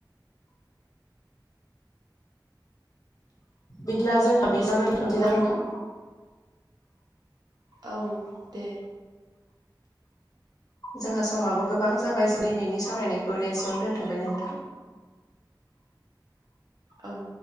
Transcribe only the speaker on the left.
बिदिब्ला जोंहा बेसआवनो दोनथ'सैदां
नोंथां? <unintelligible>
जोंहा समाबो गोबां जाबाय जों दिनैनि सावरायनायखौनो एसेयावनो दोनथ'बाय नोंथां।